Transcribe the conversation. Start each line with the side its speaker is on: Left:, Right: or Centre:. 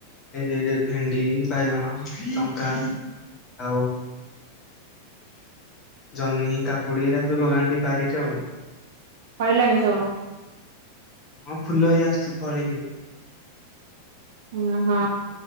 Left: ଏ ଭେଣ୍ଡି, ବାଇଗଣ, ଲଙ୍କା। ଆଉ ଜହ୍ନି କାକୁଡି ଏରା ସବୁ ଲଗାନ୍ତି ବାରିରେ ଆଉ।
Right: ଫଳିଲାଣି ସବୁ।
Left: ହଁ ଫୁଲ ହଇ ଆସୁଛି ଫଳିନି।
Right: ଓ ହଁ